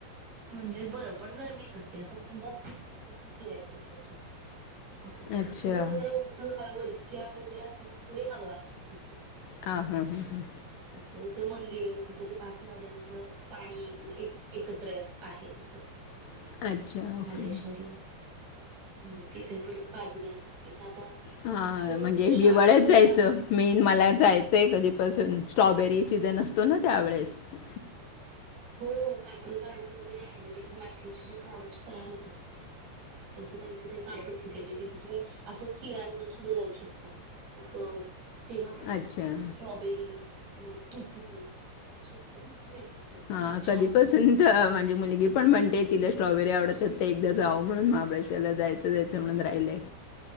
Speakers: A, on the right; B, on the left.
A: म्हणजे बरं पण गरमीच असते असं उन्यात पण अससतस ना फिरायचं म्हणलं की. असं असतं
B: अच्छा
A: फक्त कसं जरा उंच ह वरच्या बाजूला असल्यामुळे थोडी हवा असते तिथं.
B: हा हा हा
A: <unintelligible> तिथं मंदिर आहे मग तिथं ते पाच नद्यांचं पाणी एक एकत्र आहे तिथं.
B: हां अच्छा
A: महाबळेश्वरला
B: ओके
A: हम्म तिथे परत पाचगणी तिथं आता मोस्टली
B: हा
A: कसं
B: म्हणजे
A: तिथं शाळा
B: हिवाळ्यात
A: वगैरे
B: जायचं
A: आहेत भरपूर.
B: मेन मला जाय ते - कधीपासून स्ट्रॉबेरी सीझन असतो ना त्यावेेळेसं.
A: हो मॅप्रो गार्डन वगैरे आहे ना जिथे मॅप्रोचे जे प्रॉडक्ट्स तयार होत. तसं त्यांच त्यांनी आपणे तिथे तुम्ही असंच फिरा म्हणून सुद्धा जाऊ शकता. मग तेव्हा खूप
B: अच्छा
A: स्ट्रॉबेरी, मग तू हम् तु ची खूप मिळतात. ते
B: हां
A: खूप छान
B: कधीपासून
A: असतं.
B: माझी मुलगी पण म्हणते तिला स्ट्रॉबेरी आवडतात तर एकदा जाव म्हणून महाबळेश्वरला जायचं. द्यायचं म्हणून राहिलेय